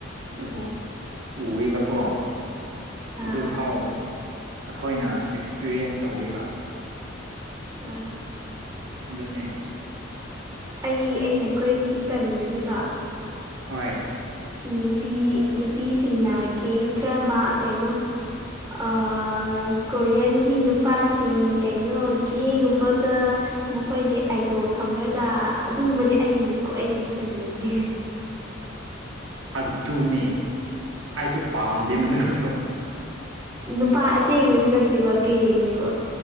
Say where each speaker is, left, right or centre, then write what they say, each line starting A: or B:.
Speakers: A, on the right; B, on the right.
A: ꯑꯗꯨꯕꯨ ꯎꯋꯦꯕꯀꯣ
B: ꯑꯥ
A: ꯑꯗꯨꯐꯥꯎ ꯑꯩꯈꯣꯏꯅ ꯑꯦꯛꯁꯄꯤꯔꯤꯟꯁ ꯇꯧꯋꯦꯕ
B: ꯑꯥ
A: ꯑꯗꯨꯅꯦ
B: ꯑꯩ ꯑꯩꯅ ꯀꫭꯏꯗꯒꯤ ꯇꯟꯕꯖꯤꯀꯣ
A: ꯍꯣꯏ
B: ꯅꯨꯄꯤ ꯅꯨꯄꯤꯁꯤꯡꯅ ꯀꯦ ꯗ꯭ꯔꯥꯃꯥ ꯀꯩꯅꯣ ꯑꯥ ꯀꯣꯔꯤꯌꯟꯒꯤ ꯅꯨꯄꯥꯁꯤꯡ ꯀꯩꯅꯣ ꯒꯦ ꯒꯨꯝꯕꯗ ꯃꯈꯣꯏꯒꯤ ꯑꯥꯏꯗꯣꯜ ꯊꯝꯔꯒ ꯑꯗꯨꯒꯨꯝꯕꯗꯤ ꯑꯩꯅꯤꯀꯣ ꯈ꯭ꯋꯥꯏꯗꯒꯤ ꯇꯟꯕꯖꯦ
A: ꯑꯗꯨꯅꯦ ꯑꯩꯁꯨ ꯄꯥꯝꯗꯦ ꯃꯗꯨꯗꯣ
B: ꯅꯨꯄꯥ
A: ꯄꯥꯝꯗꯦ
B: ꯑꯁꯦꯡꯕꯖꯨ ꯅꯠꯇꯦꯕ ꯒꯦꯅꯦꯕ